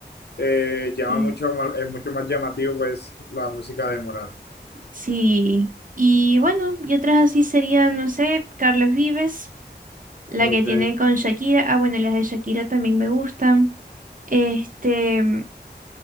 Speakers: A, on the left; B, on the right.
A: eh, llama
B: Sí.
A: mucho más, es mucho más llamativo, pues, la música de Morat.
B: Sí, y bueno, y otras así serían, no sé, Carlos Vives, la
A: Ok,
B: que tiene con Shakira. Ah, bueno, las de Shakira también me gustan. Este,